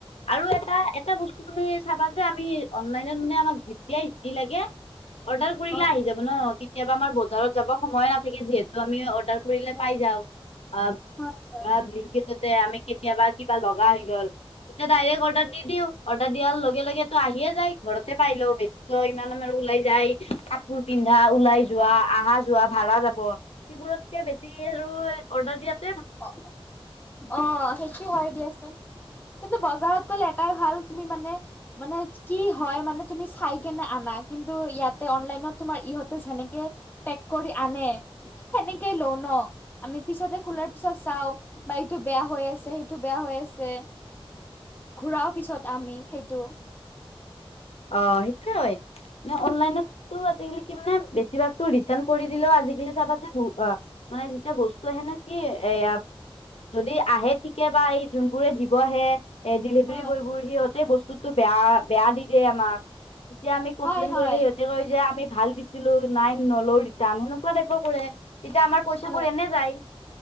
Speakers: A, on the left (about 85°); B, on the left (about 20°).
A: আৰু এটা এটা বস্তু তুমি চাবা যে আমি অনলাইনত মানে আমাক যেতিয়াই যি লাগে অৰ্ডাৰ কৰিলে
B: অ
A: আহি যাব ন' কেতিয়াবা আমাৰ বজাৰত যাব সময়ে নাথাকে যিহেতু আমি অৰ্ডাৰ ফুৰিলে
B: হয়
A: পাই যাওঁ অব
B: হয় হয়
A: অব তাতে আমি কেতিয়াবা কিবা লগা হৈ গ'ল ডাইৰেক্ট অৰ্ডাৰ দি দিওঁ অৰ্ডাৰ দিয়াৰ লগে লগেতো আহিয়ে যায় ঘৰতে পাই লওঁ বেছ ত' ইমান আমাৰ ওলাই যায়। কাপোৰ পিন্ধা, ওলাই যোৱা, আহা যোৱা ভাড়া যাব সেইবোৰতকে বেছি এ আৰু এ অৰ্ডাৰ দিয়াত
B: অ অ' সেইটো হয় দিয়াচোন কিন্তু বজাৰত গ'লে এটাই ভাল তুমি মানে মানে কি হয় মানে তুমি চাই কেনে আনা, কিন্তু ইয়াতে অনলাইনত তোমাৰ ইহঁতে যেনেকে পেক কৰি আনে সেনেকেই লওঁ ন' আমি পিছতে খোলাৰ পিছত চাওঁ বা এইটো বেয়া হৈ আছে, সেইটো বেয়া হৈ আছে। ঘূৰাও পিছত আমি সেইটো।
A: অঁ সেইটোৱে হয়। ন' অনলাইনততো আজিকালি কি মানে বেছিভাগতো ৰিটাৰ্ণ কৰি দিলেও আজিকালি চাবা যে উ আ মানে যেতিয়া বস্তু আহে নকি এইয়া। যদি আহে ঠিকে বা এই যোনবোৰে দিব আহে এ ডেলিভাৰী
B: হয়
A: বয় বোৰ সিহঁতে বস্তুটো বেয়া বেয়া দি দিয়ে আমাক। তেতিয়া আমি কমপ্লেইন
B: হয় হয়
A: কৰিলে সিহঁতি কয় যে আমি ভাল দিছিলো নাই নলওঁ ৰিটাৰ্ণ সেনেকুৱা টাইপৰ কৰে তেতিয়া আমাৰ পইচা
B: হয়
A: বোৰ এনে যায়।